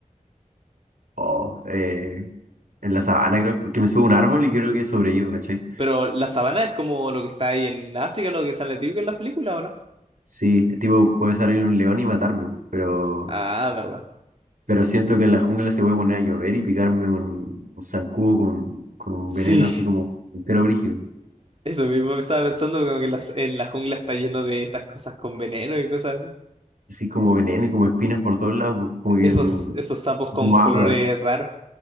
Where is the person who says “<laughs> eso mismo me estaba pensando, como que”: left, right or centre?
Right